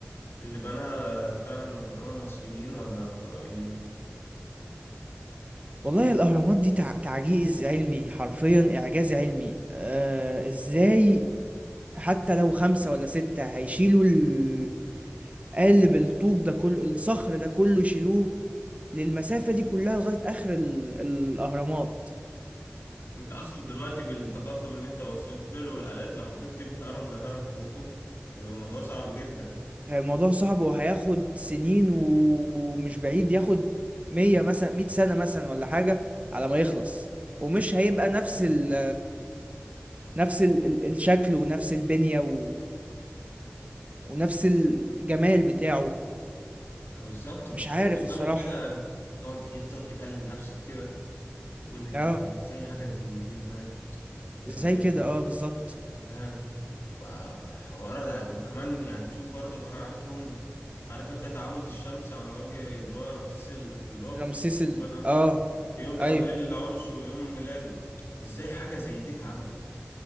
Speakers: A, on the left (about 70°); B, on the right (about 35°).
A: اللي بناها فعلا القدماء المصريين ولا فضائيين
B: والله الأهرامات دي تع... تعجيز علمي حرفيا إعجاز علمي آه إزاي حتى لو خمسة ولا ستة هيشيلوا ال... قالب الطوب ده كله الصخر ده كله يشيلوه للمسافة دي كلها لغاية آخر ال- الأهرامات
A: انت اصلا دلوقتي بالتقدم اللي انت وصلت له والالات لو حبيت تبني هرم زي هرم خوفو هيبقى الموضوع صعب جدا
B: آه، الموضوع صعب وهياخد سنين ومش بعيد ياخد مية مثلا مية سنة مثلا ولا حاجة على ما يخلص ومش هيبقى نفس ال نفس ال ال- الشكل ونفس البنية و... ونفس الجمال بتاعه
A: اه بالظبط انت
B: مش
A: بتقعد
B: عارف
A: قدامه
B: الصراحة
A: كده تقعد ايه، تقعد تكلم نفسك كده تقول ايه
B: اه
A: ده ازاي حاجه زي دي اتبنت زمان
B: ازاي كده اه بالظبط
A: فاهم فحوار ده. وكمان يعني شوف برضه براعتهم عارف انت تعامد الشمس على وجه اللي هو رمسيس اللي في اللي هو في
B: رمسيس ال
A: ربنا
B: اه
A: في يوم توليه
B: ايوه
A: العرش ويوم ميلاده ازاي حاجه زي دي اتعملت